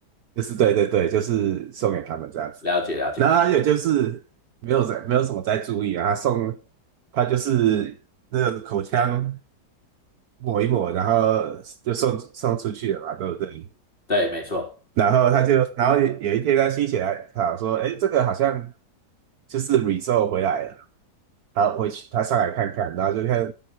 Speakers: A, on the right; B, on the left.
A: 就是对对对，就是送给他们这样子。
B: 了解了解，
A: 然后还有就是没有在没有什么在注意啊，他送他就是那个口腔抹一抹，然后就送送出去了嘛，对不对？
B: 对，没错。
A: 然后他就然后有一天他心血来潮说，哎，这个好像就是 result 回来了，他回去他上来看看，然后就看